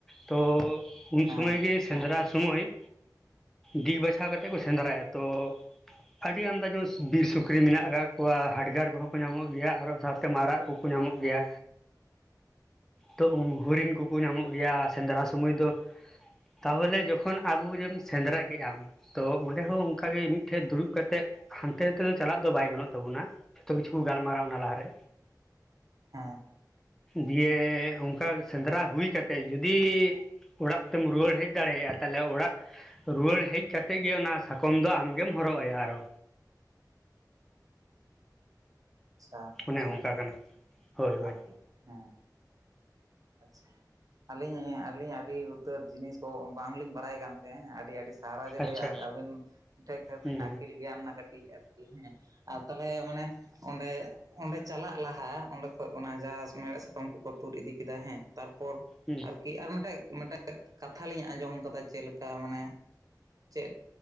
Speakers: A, in the centre; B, on the right.
A: ᱛᱚ ᱩᱱ
B: ᱦᱮᱸ
A: ᱥᱚᱢᱚᱭ ᱜᱮ ᱥᱮᱸᱫᱽᱨᱟ ᱥᱚᱢᱚᱭ ᱫᱤᱠ ᱵᱟᱪᱷᱟᱣ ᱠᱟᱛᱮᱫ ᱠᱚ ᱥᱮᱸᱫᱽᱨᱟᱭᱟ ᱛᱚ ᱟᱹᱰᱤ ᱟᱢᱫᱟ ᱡᱮ ᱵᱤᱨ ᱥᱩᱠᱨᱤ ᱢᱮᱱᱟᱜ ᱟᱠᱟᱫ ᱠᱚᱣᱟ ᱦᱟᱰᱜᱟᱨ ᱠᱚᱦᱚᱸ ᱠᱚ ᱧᱟᱢᱚᱜ ᱜᱮᱭᱟ ᱟᱨᱚ ᱥᱟᱶᱛᱮ ᱢᱟᱨᱟᱜ ᱠᱚᱠᱚ ᱧᱟᱢᱚᱜ ᱜᱮᱭᱟ ᱛᱚ ᱦᱚᱨᱤᱱ ᱠᱚᱠᱚ ᱧᱟᱢᱚᱜ ᱜᱮᱭᱟ ᱥᱮᱸᱫᱽᱨᱟ ᱥᱚᱢᱚᱭ ᱫᱚ ᱛᱟᱦᱚᱞᱮ ᱡᱚᱠᱷᱚᱱ ᱟᱵᱚ ᱡᱮᱢ ᱥᱮᱸᱫᱽᱨᱟ ᱠᱮᱫᱮᱜᱼᱟᱢ ᱛᱚ ᱚᱸᱰᱮ ᱦᱚᱸ ᱚᱱᱠᱟ ᱜᱮ ᱢᱤᱫᱴᱷᱮᱱ ᱫᱩᱲᱩᱵ ᱠᱟᱛᱮᱜ ᱦᱟᱱᱛᱮ ᱱᱟᱛᱮ ᱫᱚ ᱪᱟᱞᱟᱜ ᱫᱚ ᱵᱟᱭ ᱜᱟᱱᱚᱜ ᱛᱟᱵᱚᱱᱟ ᱡᱚᱛᱚ ᱠᱤᱪᱷᱩ ᱠᱚ ᱜᱟᱞᱢᱟᱨᱟᱣᱟ ᱚᱱᱟ ᱞᱟᱦᱟᱨᱮ
B: ᱦᱮᱸ
A: ᱫᱤᱭᱮ ᱚᱱᱠᱟ ᱥᱮᱸᱫᱽᱨᱟ ᱦᱩᱭ ᱠᱟᱛᱮ ᱡᱩᱫᱤ ᱚᱲᱟᱜ ᱛᱮᱢ ᱨᱩᱣᱟᱹᱲ ᱦᱮᱡ ᱫᱟᱲᱮᱭᱟᱜᱼᱟ ᱛᱟᱦᱚᱞᱮ ᱚᱲᱟᱜ ᱨᱩᱣᱟᱹᱲ ᱦᱮᱡ ᱠᱟᱛᱮ ᱜᱮ ᱚᱱᱟ ᱥᱟᱠᱚᱢ ᱫᱚ ᱟᱢᱜᱮᱢ ᱦᱚᱨᱚᱜ ᱟᱭᱟ ᱟᱨᱚ
B: ᱟᱪᱪᱷᱟ
A: ᱚᱱᱮ
B: ᱦᱮᱸ
A: ᱚᱱᱠᱟ ᱠᱟᱱᱟ ᱦᱳᱭ ᱦᱳᱭ
B: ᱟᱨᱠᱤ ᱦᱮᱸ ᱟᱪᱪᱷᱟ ᱟᱹᱞᱤᱧ ᱟᱹᱞᱤᱧ ᱟᱹᱰᱤ ᱩᱛᱟᱹᱨ ᱡᱤᱱᱤᱥ ᱠᱚ ᱵᱟᱝᱞᱤᱧ ᱵᱟᱲᱟᱭ ᱠᱟᱱ ᱛᱟᱦᱮᱸᱫ ᱟᱹᱰᱤ ᱟᱹᱰᱤ ᱥᱟᱨᱦᱟᱣᱮ
A: ᱟᱪᱪᱷᱟ
B: ᱞᱟᱹᱭᱟ ᱟᱹᱵᱤᱱ ᱴᱷᱮᱡ ᱠᱷᱚᱱ
A: ᱦᱩᱸ
B: ᱟᱹᱠᱤᱞ ᱜᱮᱭᱟᱢ ᱱᱟ ᱠᱟᱹᱴᱤᱡ ᱦᱮᱸ ᱟᱨ ᱛᱟᱦᱚᱞᱮ ᱢᱟᱱᱮ ᱚᱸᱰᱮ ᱚᱸᱰᱮ ᱪᱟᱞᱟᱜ ᱞᱟᱦᱟ ᱚᱸᱰᱮ ᱚᱱᱟ ᱡᱟᱦᱟᱸ ᱢᱮᱲᱮᱫ ᱥᱟᱠᱟᱢ ᱠᱚᱠᱚ ᱛᱩᱫ ᱤᱫᱤ ᱠᱮᱫᱟ ᱦᱮᱸ ᱛᱟᱨᱯᱚᱨ
A: ᱦᱩᱸ
B: ᱟᱨᱠᱤ ᱟᱨ ᱢᱤᱫᱴᱮᱫ ᱠᱟᱛᱷᱟᱞᱤᱤᱧ ᱟᱸᱡᱚᱢ ᱟᱠᱟᱫᱟ ᱪᱮᱫ ᱞᱮᱠᱟ ᱢᱟᱱᱮ ᱪᱮᱫ